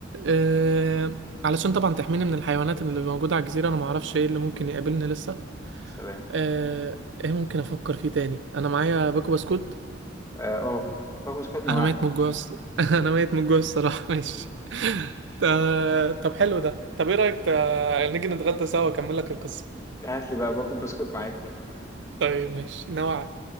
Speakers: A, on the right; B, on the left.
A: آه، علشان طبعا تحميني من الحيوانات اللي موجوده على الجزيره انا ما اعرفش ايه اللي ممكن يقابلني لسه
B: يا سلام
A: آه، ايه ممكن افكر فيه تاني انا معايا باكو بسكوت
B: اه أوه. باكو بسكوت نواعم
A: انا ميت من الجوع الص- <laughs> انا ميت من الجوع الصراحه <laughs> ماشي تا- طب حلو ده طب ايه رايك تا- نيجي نتغدى سوا اكمل لك القصه
B: هات لي بقى باكل بسكوت معاك
A: طيب ماشي نوعا